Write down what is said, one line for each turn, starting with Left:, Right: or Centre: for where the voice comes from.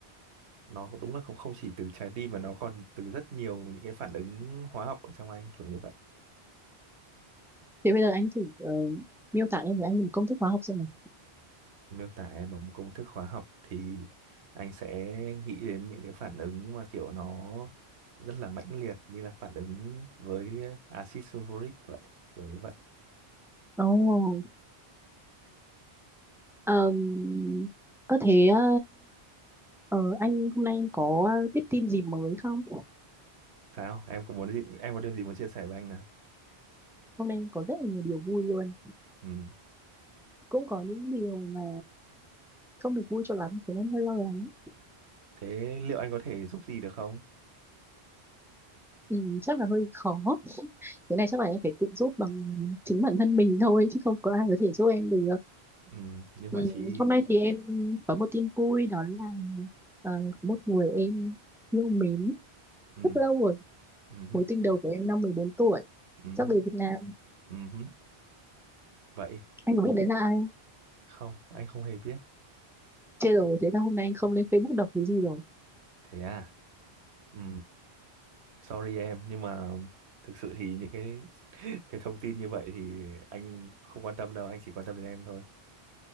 Right: nó đúng là không không chỉ từ trái tim mà nó còn từ rất nhiều những cái phản ứng hóa học ở trong anh kiểu như vậy
Centre: thế bây giờ anh thử ờ, miêu tả em với anh một công thức hóa học xem nào
Right: miêu tả em bằng một công thức hóa học thì anh sẽ nghĩ đến những cái phản ứng mà kiểu nó rất là mãnh liệt như là phản ứng với axit sulfuric vậy kiểu như vậy
Centre: ồ ờm, ơ thế ờ, ờ, anh hôm nay anh có biết tin gì mới không
Right: sao em có muốn gì em có điều gì muốn chia sẻ với anh nào
Centre: hôm nay anh có rất là nhiều điều vui luôn
Right: ừ.
Centre: cũng có những điều mà không được vui cho lắm thế nên hơi lo lắng
Right: thế liệu anh có thể giúp gì được không
Centre: ừ, chắc là hơi khó thế này chắc là em phải tự giúp bằng chính bản thân mình thôi chứ không có ai có thể giúp em được
Right: ừ. nhưng
Centre: ừ,
Right: mà chị
Centre: hôm nay thì em có một tin vui đó là ờ, một người em yêu mến
Right: ừ.
Centre: rất lâu rồi
Right: Ừ.
Centre: mối tình đầu của em năm 14 tuổi
Right: Ừ.
Centre: sắp về Việt Nam
Right: Ừ. Ừ. vậy
Centre: anh có biết đấy là ai không?
Right: không anh không hề biết
Centre: Chết rồi thế là hôm nay anh không lên Facebook đọc cái gì rồi
Right: thế à ừ. Sorry em nhưng mà thực sự thì những cái <laughs> cái thông tin như vậy thì anh không quan tâm đâu, anh chỉ quan tâm đến em thôi.